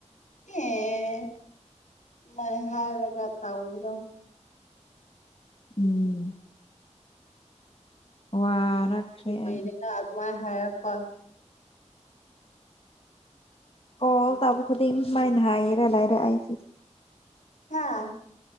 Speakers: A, on the left; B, on the left.
A: ꯑꯦ ꯃ ꯍꯥꯏꯔꯒ ꯇꯕꯗꯣ
B: ꯎꯝ ꯋꯥꯔꯛꯈ꯭ꯔꯦ
A: ꯑꯗꯅ
B: ꯑꯩ
A: ꯑꯗꯨ ꯃꯥꯥꯏ ꯍꯥꯏꯄ
B: ꯑꯣ ꯇꯕꯨ ꯈꯨꯗꯤ ꯃꯥꯏ ꯃꯍꯥꯏꯔ ꯂꯥꯏꯔꯁ
A: ꯍꯥꯥ